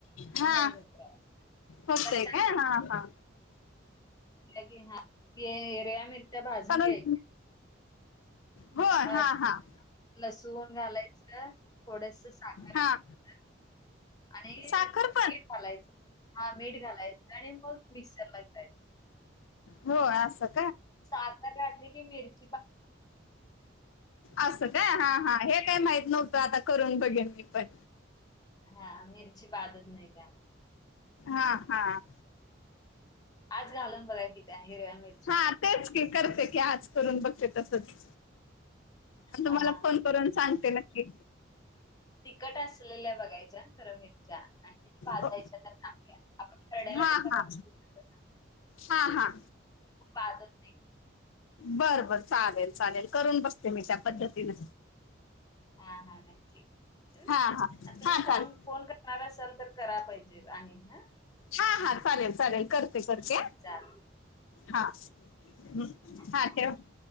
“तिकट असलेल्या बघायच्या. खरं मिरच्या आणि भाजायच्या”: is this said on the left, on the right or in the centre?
Left